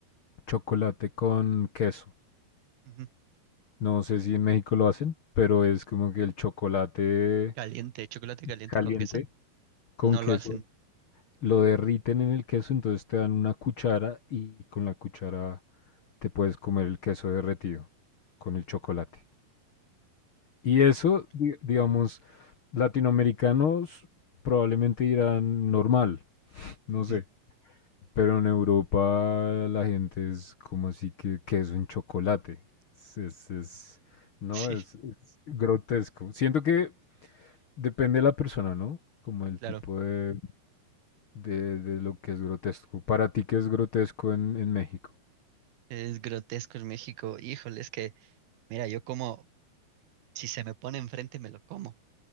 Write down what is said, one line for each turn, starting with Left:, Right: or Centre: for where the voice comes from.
Left: chocolate con queso.
Right: Ujú.
Left: No sé si en México lo hacen, pero es como que el chocolate
Right: Caliente, chocolate caliente
Left: caliente.
Right: con queso.
Left: con
Right: No
Left: queso,
Right: lo hacen.
Left: lo derriten en el queso, entonces te dan una cuchara y con la cuchara te puedes comer el queso derretido con el chocolate. Y eso, di- digamos, latinoamericanos probablemente dirán normal, no
Right: Ujú.
Left: sé,
Right: <laughs>
Left: pero en Europa la gente es como así que queso en chocolate. Es, es- es- no,
Right: Sí,
Left: es, es grotesco. Siento que depende de la persona, ¿no? Como el
Right: claro.
Left: tipo de de, de lo que es grotesco. Para ti, ¿qué es grotesco en, en México?
Right: Es grotesco en México. Híjole, es que, mira, yo como, si se me pone enfrente, me lo como.